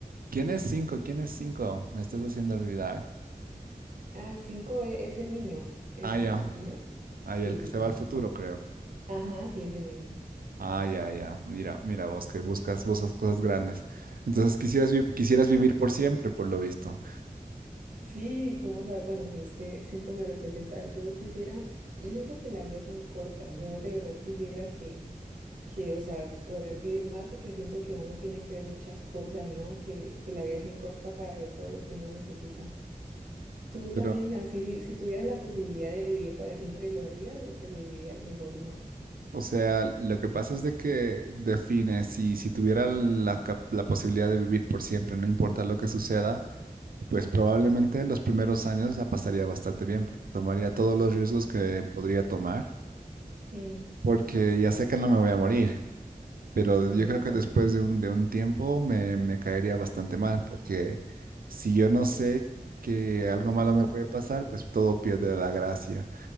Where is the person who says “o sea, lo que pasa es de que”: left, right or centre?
Right